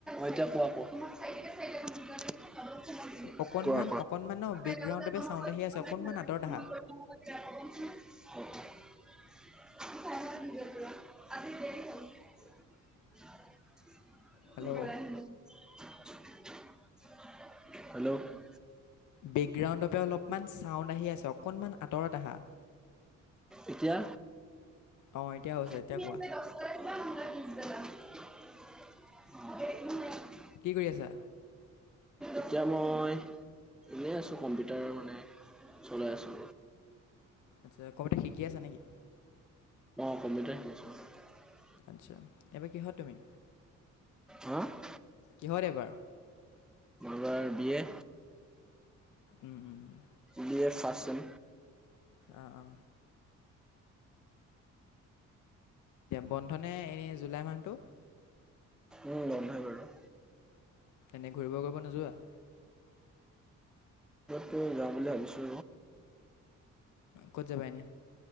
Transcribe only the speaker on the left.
অকণমান
অকণমান ন বেকগ্ৰাউণ্ডৰ পৰা চাউণ্ড আহি আছে অকণমান আঁতৰত আহা
হেল্ল'
বেকগ্ৰাউণ্ডৰ পৰা অলপমান চাউণ্ড আহি আছে অকণমান আতৰত আহা।
অ, এতিয়া হৈছে এতিয়া
কোৱা।
কি কৰি আছা?
আচ্ছা। কম্পিউাৰ শিকি আছা নে কি?
আচ্ছা। এইবাৰ কিহত তুমি
কিহত এইবাৰ?
উম উম উম।
অ অ। বন্ধনে এনেই জুলাই মাহটো?
এনেই ঘূৰিব কৰিব নোযোৱা?
ক'ত যাবা এনে